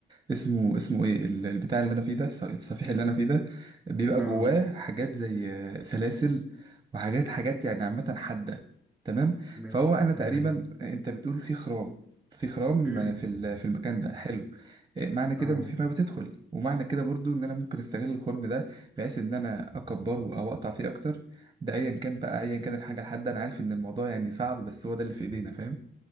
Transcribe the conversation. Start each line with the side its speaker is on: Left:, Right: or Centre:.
Right: اسمه اسمه ايه ال- البتاع اللي انا فيه ده الص- الصفيح اللي انا فيه ده بيبقى
Centre: اه
Right: جواه حاجات زي آه، سلاسل وحاجات حاجات يعني عامة حادة تمام
Centre: ماشي
Right: فهو انا
Centre: تمام
Right: تقريبا انت بتقول في خرام في خرام
Centre: امم
Right: آه، في ال- في المكان ده حلو آه، معنى كده
Centre: اه
Right: ان في ما بتدخل ومعنى كده برضو ان انا ممكن استغل الخرم ده بحيث ان انا اكبره او اقطع فيه اكتر ده ايا كان بقى ايا كان الحاجه الحاده انا عارف ان الموضوع يعني صعب بس هو ده اللي في ايدينا فاج